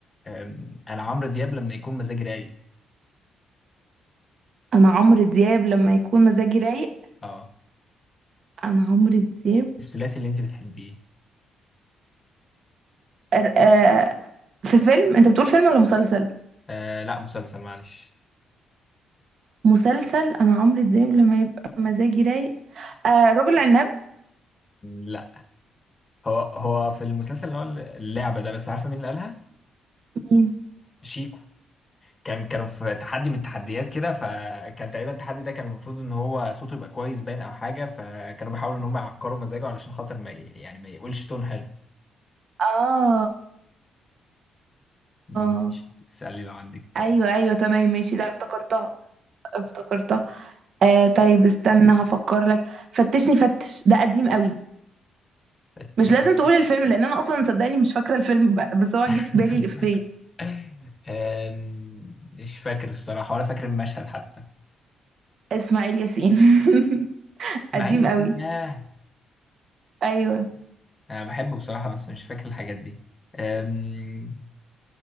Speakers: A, on the left (about 25°); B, on the right (about 55°).
A: آم، انا عمرو دياب لما يكون مزاجي رايق
B: انا عمرو دياب لما يكون مزاجي رايق
A: اه
B: انا عمرو دياب
A: الثلاثي اللي انت بتحبيه
B: آه آه، في فيلم انت بتقول فيلم ولا مسلسل
A: آه لا مسلسل معلش
B: مسلسل انا عمرو دياب لما يبقى مزاجي رايق آه رجل عناب
A: لا هو هو في المسلسل اللي هو اللعبه ده بس عارفه مين اللي قالها
B: مين
A: شيكو كان كانوا في تحدي من التحديات كده فكان تقريبا التحدي ده كان المفروض ان هو صوته يبقى كويس باين او حاجه فكانوا بيحاولوا ان هم يعكروا مزاجه علشان خاطر ما ي... يعني ما يقولش تون حلو
B: اه
A: ماشي،
B: اه
A: اسالي لو عندك
B: ايوه ايوه تمام ماشي لا افتكرتها افتكرتها آه طيب استنى هفكر لك فتشني فتش ده قديم قوي
A: آه،
B: مش
A: تشن-
B: لازم تقول الفيلم لان انا اصلا صدقني مش فاكره الفيلم ب- بس هو
A: <laughs>
B: جه في بالي الافيه
A: آم، مش فاكر الصراحة ولا فاكر المشهد حتى
B: اسماعيل ياسين <laughs>
A: إسماعيل
B: قديم
A: ياسين
B: قوي
A: ياه
B: ايوه
A: أنا بحبه بصراحة بس مش فاكر الحاجات دي آم،